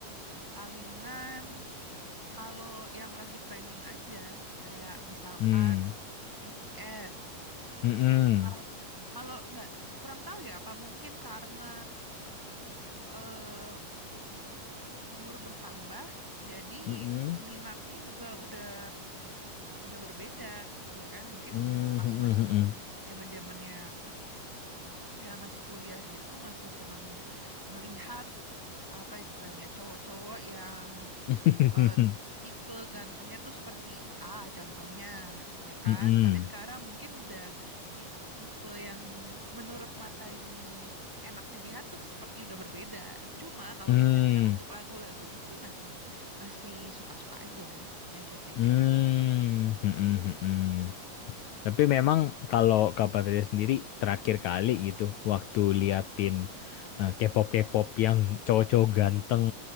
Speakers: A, in the centre; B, on the left.
A: palingan kalau yang lagi trending aja kayak misalkan
B: Hmm.
A: BTS
B: Mm-mm.
A: pas kalau nggak kurang tahu ya apa mungkin karena eh, umur bertambah, jadi
B: Mm-mm.
A: minatnya juga udah udah berbeda, ya kan? Mungkin
B: Mm-mm.
A: dulu pas
B: Mm-mm.
A: masih zaman-zamannya ya masih kuliah gitu, masih senang melihat apa istilahnya cowok-cowok yang
B: <laughs>
A: eh, tipe gantengnya tuh seperti A contohnya, ya kan?
B: Mm-mm.
A: Tapi sekarang mungkin udah tipe-tipe yang menurut mata ini enak dilihat tuh seperti udah berbeda. Cuma kalau
B: Mm.
A: misalnya untuk lagu-lagunya sih masih masih suka-suka aja yang catchy-catchy
B: Mm. Mm. Mm-mm. <laughs>
A: gitu.
B: Tapi memang kalau Kak Patria sendiri terakhir kali gitu waktu liatin eh, K-pop K-pop yang cowok-cowok ganteng.